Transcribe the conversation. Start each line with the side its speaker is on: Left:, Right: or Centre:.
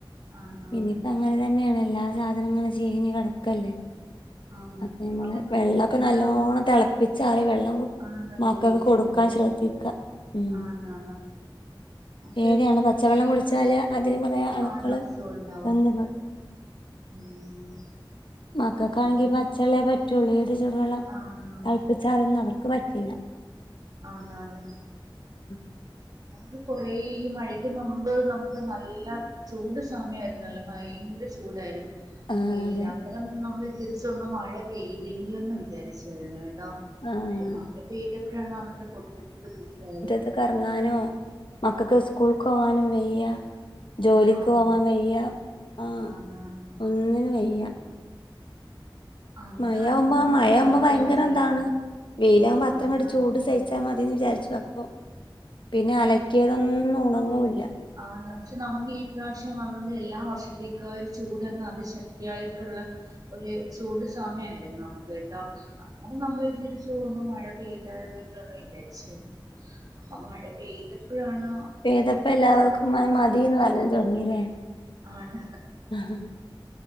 Right: ആണാണ്
Left: ഇനിയിപ്പ അങ്ങനെ തന്നെയാണ് എല്ലാ സാധനങ്ങളങ്ങും ചീഞ്ഞ് കെടക്കല്ലേ
Right: ആണ്
Left: അപ്പ ഞമ്മള്
Right: അപ്പം ന
Left: വെള്ളൊക്കെ
Right: ഇവിടെ
Left: നല്ലോണ്ണം തെളപ്പിച്ചാറിയ വെള്ളം കു
Right: ആണ്
Left: മക്കക്ക്
Right: കുടിക്കേണ്ടത്
Left: കൊടുക്കാൻ ശ്രദ്ധിക്കാ ഉം
Right: <unintelligible> അപ്പം
Left: പേടിയാണ് പച്ചവെള്ളം
Right: ഈ
Left: കുടിച്ചാല് അതില് കൊറേ അണുക്കള്
Right: ആണ് അസുഖണ്ടാവും
Left: ബന്ധപ്പെടും
Right: ഉം
Left: മക്കക്കാണെങ്കി
Right: അപ്പം
Left: പച്ചവെള്ളേ പറ്റുള്ളൂ ഏത് ചുടുവെള്ളം
Right: ആണാണ്
Left: തെളപ്പിച്ചാറിയൊന്നും അവർക്ക് പറ്റില്ലാ
Right: ആന്നാന്ന്
Left: <inaudible>
Right: നമുക്ക് കൊറേ ഈ മഴക്ക് മുമ്പ് നമുക്ക് നല്ലാ ചൂട് സമയായിരുന്നല്ലോ ഭയങ്കര ചൂടായിരുന്നു
Left: ആഹ്
Right: വെയിലാ
Left: അതെ
Right: അന്നേരം നമ്മള് വിചാരിച്ച് ഒന്ന് മഴ പെയ്തെങ്കിലെന്ന് വിചാരിച്ചായിരുന്നു കേട്ടോ
Left: ആഹ്
Right: പക്ഷെ മഴ പെയ്തപ്പഴാണ് അതിന്റെ ബുദ്ധിമുട്ട് മനസ്സിലായത്
Left: ക്കെറങ്ങാനോ മക്കക്ക് സ്കൂൾക്ക് പോവാനും വയ്യാ ജോലിക്ക്
Right: ആണ്
Left: പോവാൻ വയ്യാ ആഹ്
Right: ആണാണ്
Left: ഒന്നിനും വയ്യാ
Right: അന്നേരമാണ്
Left: മയ ആവുമ്പോ
Right: അതിന്റെ
Left: മയാവുമ്പോ
Right: ബുദ്ധിമുട്ട്
Left: ഭയങ്കര
Right: മനസ്സിലായത്
Left: ഇതാണ് വെയിലാവുമ്പോ അത്ര
Right: ആണാണ്
Left: അങ്ങട് ചൂട് സഹി ച്ചാ മതീന്ന് വിചാരിച്ചു അപ്പം പിന്നെ അലക്കിയതൊന്നും ഉണങ്ങൂല്ലാ
Right: ആന്ന് പക്ഷേ നമുക്ക് ഈ പ്രാവിശ്യം വന്നത് എല്ലാ വർഷത്തേക്കാളും ചൂട് അങ്ങ് അത് ശക്തിയായിട്ടുള്ള ഒരു ചൂട് സമയായിരുന്നു നമുക്ക് കേട്ടോ? അങ്ങനെ നമ്മള് വിചാരിച്ചു ഒന്നു മഴ പെയ്തായിരുന്നെങ്കില് ഒന്ന് വിചാരിച്ചായിരുന്നു അപ്പം മഴ പെയ്തെപ്പഴാണ്
Left: പെയ്തപ്പം എല്ലാവർക്കും മഴ മതീന്ന് പറഞ്ഞ് തൊടങ്ങില്ലേ?
Right: ആണ്
Left: ഉം <unintelligible>